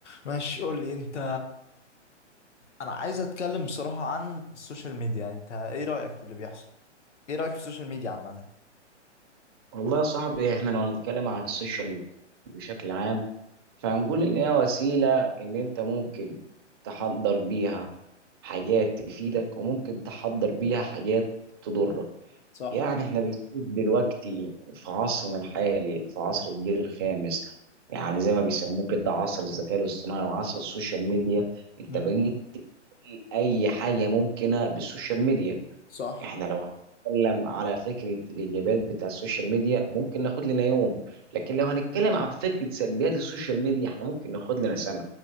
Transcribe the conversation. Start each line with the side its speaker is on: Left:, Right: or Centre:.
Left: ماشي قول لي انت انا عايز اتكلم بصراحة عن السوشيال ميديا انت ايه رأيك في اللي بيحصل ايه رأيك في السوشيال ميديا عامة
Right: والله يا صاحبي احنا لو هنتكلم عن السوشيال بشكل عام فهنقول ان هي وسيلة ان انت ممكن تحضر بيها حاجات تفيدك وممكن تحضر بيها حاجات تضرك
Left: صح
Right: يعني احنا بنشوف دلوقتي في عصرنا الحالي في عصر الجيل الخامس يعني زي ما بيسموه كده عصر الذكاء الاصطناعي وعصر السوشيال ميديا انت
Left: مم.
Right: بقيت اي حاجة ممكنة بالسوشيال ميديا
Left: صح
Right: احنا لو هنتكلم على فكره الايجابيات بتاع السوشيال ميديا ممكن ناخد لنا يوم لكن لو هنتكلم عن فكره سلبيات السوشيال ميديا احنا ممكن ناخد لنا سنه